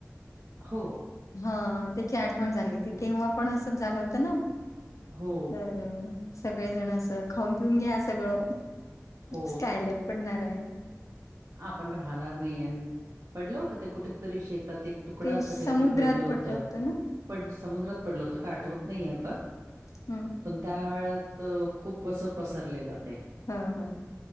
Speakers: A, on the right; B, on the left.
A: हो.
B: हा, त्याची आठवण झाली होती. तेव्हा पण असंच झालं होतं ना.
A: हो
B: हं, हं. सगळे जण अस, खाऊन- पिऊन घ्या, सगळं.
A: हो
B: स्टाय लॅब पडणाराय.
A: आपण राहणार नाही अन्, पडलं होतं ते कुठ तरी, शेतात एक तुकडा.
B: ते
A: असं
B: समुद्रात
A: काहीतरी पडलं होतं.
B: ना
A: पड समुद्रात पडलं होतं का? आठवत नाही आता.
B: ह.
A: पण त्या वेळात, खूप असं पसरलेलं ते.
B: हम्, हम.